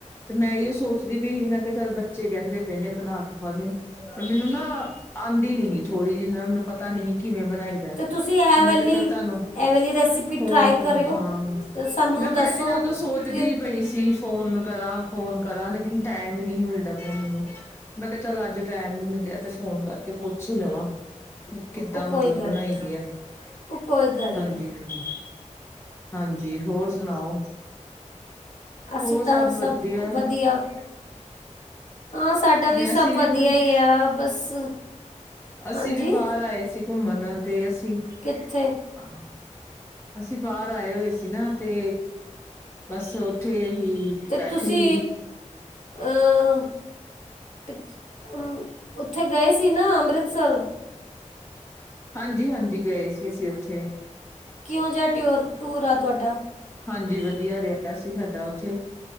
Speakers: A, on the left; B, on the left.
A: ਤੇ ਮੈਂ ਇਹ ਸੋਚਦੀ ਵੀ, ਮੈਂ ਕਿਹਾ ਚੱਲ, ਬੱਚੇ ਕਹਿੰਦੇ ਪਏ ਨੇ, ਬਣਾ ਕੇ ਖਵਾਦੇ, ਪਰ ਮੈਨੂੰ ਨਾ ਆਂਦੀ ਨੀ ਗੀ। ਥੋੜੀ ਜੀ ਨਾ ਮੈਨੂੰ ਪਤਾ ਨਹੀਂ ਕਿਵੇਂ ਬਣਾਈਦਾ।
B: ਤੁਸੀਂ ਇਹ ਵਾਲੀ
A: ਮੈਂ ਕਿਹਾ ਚਲ
B: ਇਹ
A: ਤੁਹਾਨੂੰ।
B: ਵਾਲੀ ਰੈਸਿਪੀ
A: ਫੋਨ
B: ਟਰਾਈ
A: ਕਰ
B: ਕਰਿਓ
A: ਹਾਂ,
B: ਤੇ ਸਾਨੂੰ
A: ਮੈਂ
B: ਦੱਸੋ
A: ਬੜੇ ਦਿਨਾਂ
B: ਮੈਂ
A: ਤੋਂ ਸੋਚਦੀ ਪਈ ਸੀ। ਫੋਨ ਕਰਾਂ, ਫੋਨ ਕਰਾਂ, ਲੇਕਿਨ ਟਾਈਮ ਨਹੀਂ ਮਿਲਦਾ ਪਿਆ ਮੈਨੂੰ। ਮੈਂ ਕਿਹਾ ਚੱਲ, ਅੱਜ ਟਾਈਮ ਮਿਲਿਆ ਤੇ, ਫੋਨ ਕਰਕੇ ਪੁੱਛ ਹੀ ਲਵਾਂ। ਕਿੱਦਾਂ
B: ਉਹ
A: ਮਤਲਬ,
B: ਕੋਈ ਗੱਲ
A: ਬਣਾਈ
B: ਨਹੀਂ
A: ਦੀ ਆ।
B: ਉਹ ਕੋਈ ਗੱਲ
A: ਹਾਂਜੀ,
B: ਨਹੀਂ
A: ਹਾਂਜੀ। ਹਾਂਜੀ। ਹੋਰ ਸੁਣਾਓ?
B: ਅਸੀਂ
A: ਹੋਰ
B: ਤਾਂ, ਸਭ
A: ਵਧੀਆ
B: ਤੋ ਵਧੀਆ। ਹਾਂ, ਸਾਡਾ ਵੀ
A: ਮੈਂ
B: ਸਭ,
A: ਅਸੀਂ
B: ਵਧੀਆ
A: ਵੀ
B: ਹੀ ਆ। ਬਸ
A: ਅਸੀਂ
B: ਹਾਂਜੀ
A: ਵੀ, ਬਾਹਰ ਆਏ ਸੀ। ਘੁੰਮਣ, ਤੇ ਅਸੀਂ।
B: ਕਿੱਥੇ
A: ਅ, ਅਸੀਂ ਬਾਹਰ, ਆਏ ਹੋਏ ਸੀ। ਨਾ ਤੇ। ਬਸ, ਉੱਥੇ ਹੀ।
B: ਤੇ,
A: ਬੈਠੇ
B: ਤੁਸੀਂ
A: ਹੀ
B: ਅਹ, ਅ ਉੱਥੇ ਗਏ ਸੀ, ਨਾ ਅੰਮ੍ਰਿਤਸਰ।
A: ਹਾਂਜੀ-ਹਾਂਜੀ, ਗਏ ਸੀ, ਅਸੀਂ ਉੱਥੇ।
B: ਕਿਹੋ ਜਿਹਾ, ਟਿਓਰ, ਟੂਰ ਆ ਤੁਹਾਡਾ?
A: ਹਾਂਜੀ, ਵਧੀਆ ਰਿਹਾ ਸੀ। ਸਾਡਾ ਉੱਥੇ,